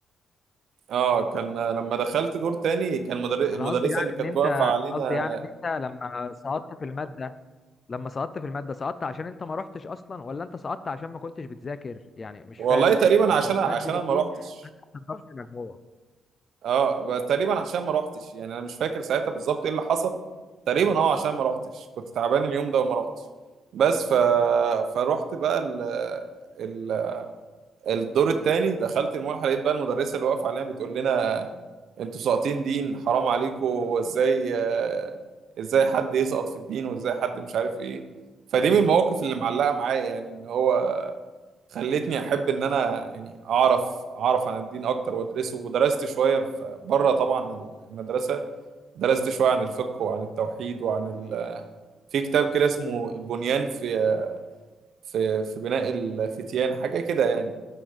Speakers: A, on the right; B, on the left.
A: اه كان لما دخلت دور تاني كان مدر... المدرسه
B: انا قصدي يعني
A: اللي كانت
B: ان انت
A: واقفه علينا
B: قصدي يعني ان انت لما سقطت في الماده لما سقطت في الماده سقطت عشان انت ما رحتش اصلا ولا انت سقطت عشان ما كنتش بتذاكر يعني مش
A: والله
B: فاهم الفكره
A: تقريبا
B: اصل
A: عشان
B: ماده
A: عشان
B: الدين
A: انا ما روحتش
B: ماده بتضافش مجموع
A: اه بس تقريبا عشان ما روحتش يعني انا مش فاكر ساعتها بالظبط ايه اللي حصل تقريبا اه عشان ما روحتش كنت تعبان اليوم ده وما روحتش بس ف... فروحت بقى ال... ال... الدور التاني دخلت الملحه لقيت بقى المدرسه اللي واقفه علينا بتقول لنا انتوا ساقطين دين حرام عليكم هو ازاي آه، ازاي حد يسقط في الدين وازاي حد مش عارف ايه فدي من المواقف اللي معلقه معايا يعني ان هو خلتني احب ان انا يعني اعرف اعرف عن الدين اكتر وادرسه ودرست شويه في- بره طبعا المدرسه درست شويه عن الفقه وعن التوحيد وعن ال... في كتاب كده اسمه البنيان في في في بناء الفتيان حاجه كده يعني